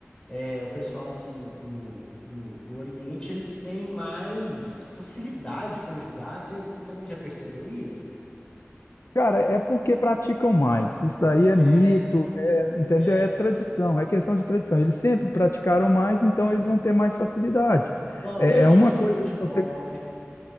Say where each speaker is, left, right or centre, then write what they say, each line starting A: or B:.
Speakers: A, on the left (about 20°); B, on the left (about 70°).
A: é, o pessoal assim do, do, do, do Oriente, eles têm mais facilidade para julgar. Você você também já percebeu isso?
B: Cara, é porque praticam mais. Isso daí é
A: É,
B: mito,
A: né?
B: é, entendeu?
A: É.
B: É tradição, é questão de tradição. Eles sempre praticaram mais, então
A: Hum.
B: eles vão ter mais facilidade.
A: Igualzinho
B: É,
A: a gente
B: é uma coisa
A: no futebol,
B: que você
A: né?